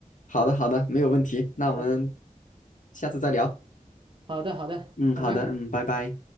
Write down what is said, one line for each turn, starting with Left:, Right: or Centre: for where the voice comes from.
Left: 好的好的，没有问题。那我们
Right: 好的，
Left: 下次再聊。
Right: 好的，好的，
Left: 嗯，
Right: 拜拜。
Left: 好的，嗯，拜拜。